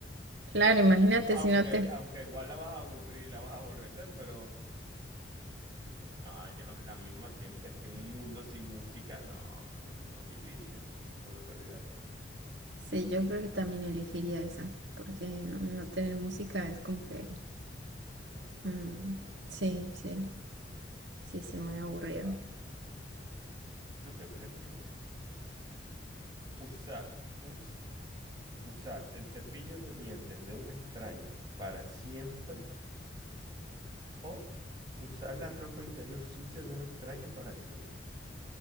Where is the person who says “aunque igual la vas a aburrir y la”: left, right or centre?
Right